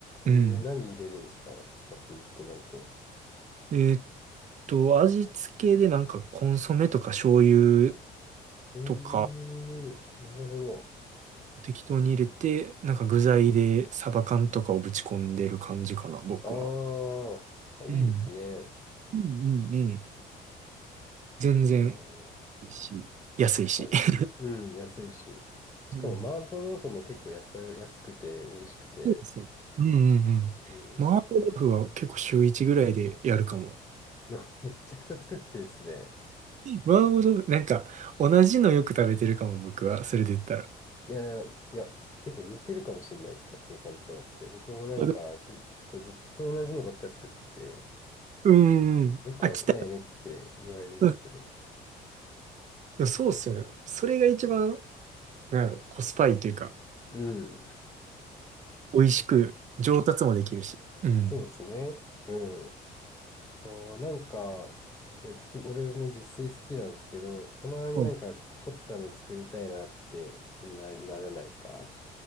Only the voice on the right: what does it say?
うん。
えーっと、味付けでなんかコンソメとか醤油
とか
適当に入れて、なんか具材でサバ缶とかをぶち込んでる感じかな、僕は。
うんうんうんうん。全然。
いいし、安いし。
<laughs>
うん。
そうですね。うんうんうん。
麻婆豆腐は結構週1ぐらいでやるかも。
麻婆豆腐、なんか、同じのよく食べてるかも、僕は。それで言ったら。
あで
うんうん。
あ、来た。うんでもそうっすよね。それが一番、なんやろ、コスパいいというか、
美味しく上達もできるし。うん。
うんい